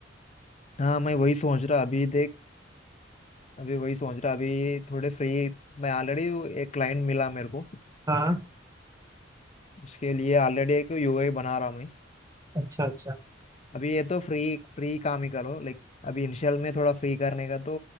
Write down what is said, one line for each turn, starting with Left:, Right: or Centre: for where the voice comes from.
Left: हाँ मैं वही सोच रहा अभी देख अभी वही सोच रहा अभी थोड़े फ्री मैं ऑलरेडी एक क्लाइंट मिला मेरे को
Right: हाँ
Left: इसके लिए ऑलरेडी एक यूआई बना रहा हूँ मैं
Right: अच्छा अच्छा
Left: अभी ये तो फ्री फ्री काम ही करो लाइक अभी इनिशियल में थोड़ा फ्री करने का तो